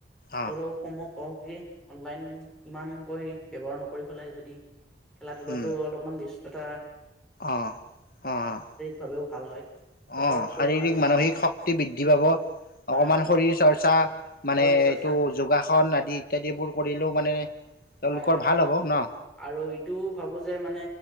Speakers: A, in the centre; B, on the left.
A: তেওঁলোকক
B: অ
A: কমক কও কি অনলাইন ইমানকৈ ব্যৱহাৰ নকৰি ফেলাই যদি খেলা ধূলাতো
B: উম
A: অলপমান বেছ যথা
B: অ অ অ
A: ভাৱেও ভাল হয়। কচৰত
B: শাৰীৰিক
A: কৰিব লাগে
B: মানসিক শক্তি বৃদ্ধি পাব অকমান
A: হয় হয় হয়
B: শৰীৰ চৰ্চা মানে
A: শৰীৰ চৰ্চা
B: এইটো যোগাসন আদি ইত্যাদিবোৰ কৰিলেও মানে তেওঁলোকৰ
A: হয় হয়
B: ভাল হ'ব ন
A: আৰু এইটোও ভাবো যে মানে